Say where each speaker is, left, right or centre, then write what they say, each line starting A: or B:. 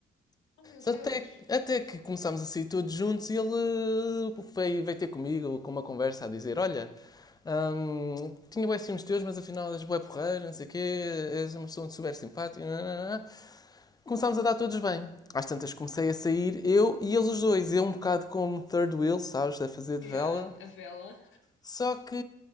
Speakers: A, on the left; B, on the left.
A: Oh meu Deus!
B: Até, até que começámos a sair todos juntos e ele eh, veio, veio ter comigo com uma conversa a dizer: Olha, hum, tinha bué ciúmes teus, mas afinal és bué porreiro, não sei o quê, és uma pessoa super simpática. nananana." Começámos a dar todos bem. Às tantas comecei a sair eu e eles os dois. Eu um bocado como third wheel, sabes, a fazer de
A: E
B: vela.
A: há a vela.
B: Só que,